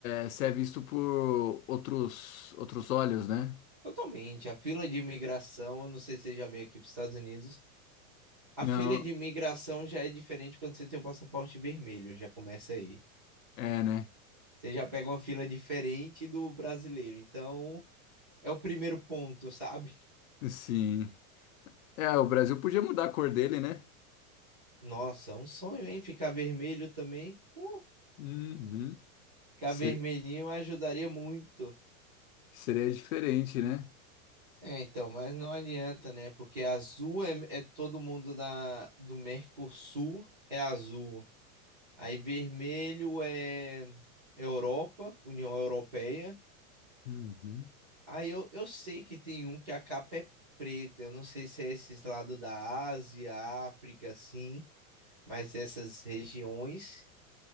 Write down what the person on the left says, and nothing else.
é, você é visto por outros, outros olhos, né?
Não,
é, né?
Sim. É, o Brasil podia mudar a cor dele, né?
Uhum.
Ser-
Seria diferente, né?
Uhum.